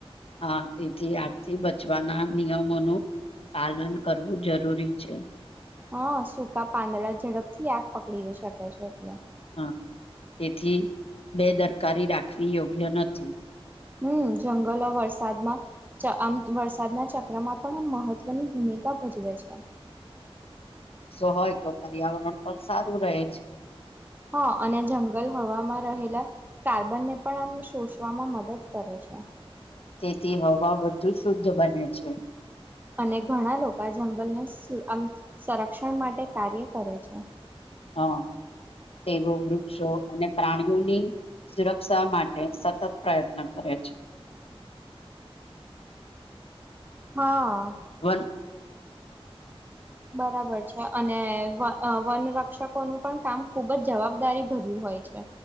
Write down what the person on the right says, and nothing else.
હા, સૂકા પાંદડા ઝડપથી આગ પકડી શકે છે એટલે.
હમ્મ, જંગલો વરસાદમાં ચ આમ વરસાદના ચક્રમાં પણ આમ મહત્વની ભૂમિ કા ભજવે છે.
હા અને જંગલ હવામાં રહેલા કાર્બનને પણ આમ શોષવામાં મદદ કરે છે.
અને ઘણા લોકો જંગલને સુ આમ સંરક્ષણ માટે કાર્ય કરે છે.
હા.
બરાબર છે અને વ અહ વન રક્ષકોનું પણ કામ ખુબ જ જવાબદારી ભર્યું હોય છે.